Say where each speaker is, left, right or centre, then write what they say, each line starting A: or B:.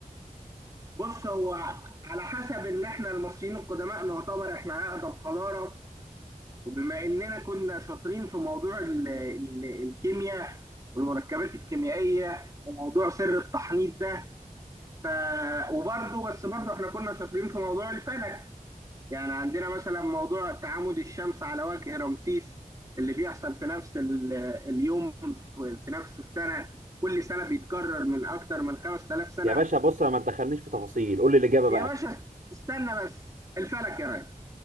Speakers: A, on the right (about 25°); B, on the right (about 80°).
A: بص هو على حسب ان احنا المصريين القدماء نعتبر احنا اقدم حضاره وبما اننا كنا شاطرين في موضوع ال ال الكيمياء والمركبات الكيميائيه وموضوع سر التحنيط ده ف... وبرده بس برده احنا كنا شاطرين في موضوع الفلك يعني عندنا مثلا موضوع تعامد الشمس على وجه رمسيس اللي بيحصل في نفس ال- اليوم في في نفس السنه كل سنه بيتكرر من اكتر من 5000 سنه
B: يا باشا بص أنا ما تدخلنيش في تفاصيل قول لي الإجابة بقى
A: يا باشا استنى بس الفلك يا ريس